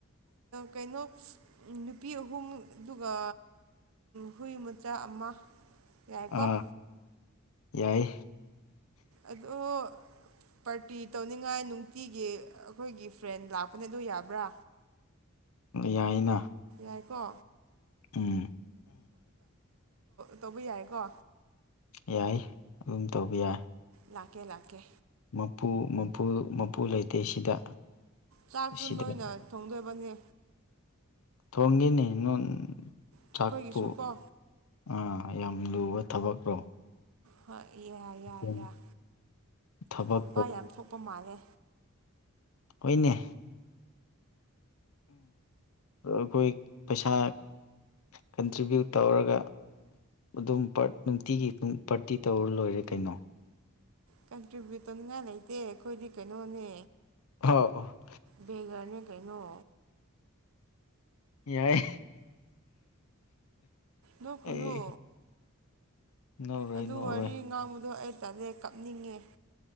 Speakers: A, on the right; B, on the left.
A: ꯀꯩꯅꯣ ꯅꯨꯄꯤ ꯑꯍꯨꯝ ꯑꯗꯨꯒ ꯍꯨꯏ ꯃꯆꯥ ꯆ ꯑꯃ ꯌꯥꯏꯀꯣ
B: ꯑ ꯌꯥꯏ
A: ꯑꯗꯣ ꯄꯥꯔꯇꯤ ꯇꯧꯅꯤꯡꯉꯥꯏ ꯅꯨꯡꯇꯤꯒꯤ ꯑꯩꯈꯣꯏꯒꯤ ꯐ꯭ꯔꯦꯟ ꯂꯥꯛꯄꯅꯦ ꯑꯗꯨ ꯌꯥꯕ꯭ꯔꯥ
B: ꯌꯥꯏꯅ
A: ꯍꯥꯏꯀꯣ
B: ꯎꯝ
A: ꯇꯧꯕ ꯌꯥꯏꯀꯣ
B: ꯌꯥꯏ ꯑꯗꯨꯝ ꯇꯧꯕ ꯌꯥꯏ
A: ꯂꯥꯛꯀꯦ ꯂꯥꯛꯀꯦ
B: ꯃꯄꯨ ꯃꯄꯨ ꯃꯄꯨ ꯂꯩꯇꯦ ꯁꯤꯗ
A: ꯆꯥꯛꯁꯨ
B: ꯁꯤꯗ
A: ꯅꯣꯏꯅ ꯊꯣꯡꯗꯣꯏꯕꯅꯤ
B: ꯊꯣꯡꯒꯅꯤ ꯅꯣꯟ
A: ꯑꯩꯈꯣꯏꯒꯤꯁꯨ
B: ꯆꯠꯄꯨ
A: ꯀꯣ
B: ꯑꯥ ꯌꯥꯝ ꯂꯨꯕ ꯊꯕꯛꯔꯣ
A: ꯍꯣꯏ ꯏ ꯌꯥꯏ ꯌꯥꯏ
B: ꯑꯗꯨꯝ ꯊꯕꯛ
A: ꯂꯨꯄꯥ ꯌꯥꯝ ꯊꯣꯛꯄ ꯃꯥꯜꯂꯦ
B: ꯍꯅꯦ ꯑꯩꯈꯣꯏ ꯄꯩꯁꯥ ꯀꯟꯇ꯭ꯔꯤꯕ꯭ꯌꯨꯠ ꯇꯧꯔꯒ ꯑꯗꯨꯝ ꯅꯨꯡꯇꯤꯒꯤ ꯄꯥꯔꯇꯤ ꯇꯧꯔ ꯂꯣꯏꯔꯦ ꯀꯩꯅꯣ
A: ꯀꯟꯇ꯭ꯔꯤꯕ꯭ꯌꯨ ꯇꯟꯉꯥꯏ ꯂꯩꯇꯦ ꯑꯩꯈꯣꯏꯗꯤ ꯀꯩꯅꯣꯅꯦ
B: ꯍ
A: ꯕꯦꯒꯔꯅꯦ ꯀꯩꯅꯣ
B: ꯌꯥꯏ
A: ꯅꯣꯛ ꯀꯂꯨ
B: ꯑꯦ ꯅꯣꯛꯔꯣꯏ
A: ꯑꯗꯨ
B: ꯅꯣꯛꯔꯣꯏ
A: ꯋꯥꯔꯤ ꯉꯥꯡꯕꯗꯣ ꯑꯩ ꯇꯂꯦ ꯀꯥꯞꯅꯤꯡꯉꯦ